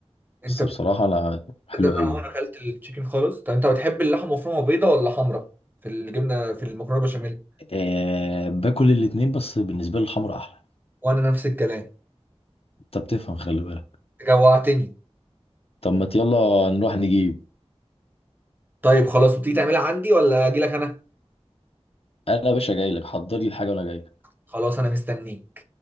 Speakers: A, on the right; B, on the left.
A: انت
B: بس بصراحة انا حلو
A: ده انا
B: قوي
A: عمري ما اكلت التشيكن خالص طب انت بتحب اللحمه مفرومه بيضه ولا حمرا في الجبنه في المكرونه بشاميل
B: أه باكل الاتنين بس بالنسبة لي الحمرا احلى
A: وانا نفس الكلام
B: انت بتفهم خلي بالك
A: جوعتني
B: طب ما يلا نروح نجيب
A: طيب خلاص وتيجي تعملها عندي ولا اجي لك انا
B: انا يا باشا جاي لك حضر لي الحاجة وانا جاي
A: خلاص انا مستنيك